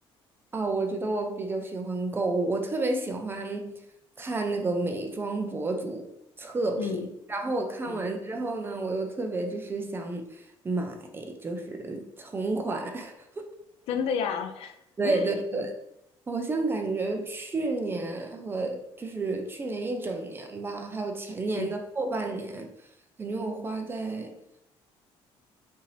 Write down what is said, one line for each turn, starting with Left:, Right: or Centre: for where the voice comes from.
Right: 啊，我觉得我比较喜欢购物，我特别喜欢看那个美妆博主测评，
Left: 嗯
Right: 然后我看完之后呢，
Left: 嗯，
Right: 我又特别就是想买，就是同款。<laughs>
Left: 真的呀。
Right: 对对对，
Left: <laughs>
Right: 好像感觉去年和就是去年一整年吧，还有前年的后半年，
Left: 嗯
Right: 感觉我花在